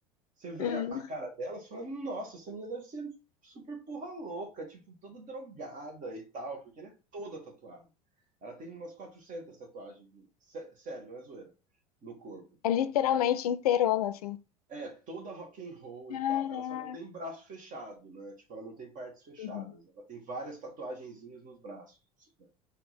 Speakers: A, on the right; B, on the left.
A: Você vê
B: Hum.
A: a cara dela, você fala, nossa, essa menina deve ser super porra louca, tipo, toda drogada e tal, porque ela é toda tatuada. Ela tem umas 400 tatuagens, sé- sério, não é zoeira, no corpo.
B: É literalmente inteirona, assim.
A: É, toda rock and roll
B: Caraca.
A: e tal. Ela só não tem braço fechado, né? Tipo, ela não tem partes fechadas.
B: Uhum.
A: Ela tem várias tatuagenzinhas nos braços. assim, né?